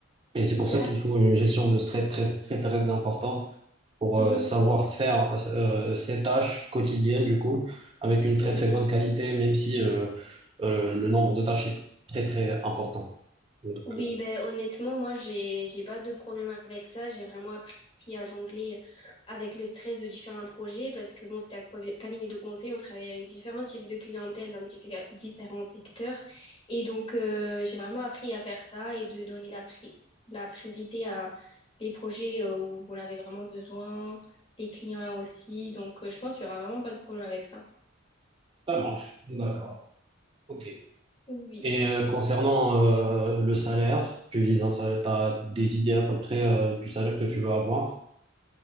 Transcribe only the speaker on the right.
Et c'est pour
ça qu'il faut une gestion de stress très, très, très importante pour
euh, savoir faire euh, ces tâches quotidiennes, du coup, avec une très,
très bonne qualité, même si euh, euh, le nombre de tâches est très, très important. Donc,
euh,
ça marche. D'accord. OK.
Et euh, concernant euh, le salaire, tu vises un salaire, t'as des idées à peu près euh, du salaire que tu veux avoir?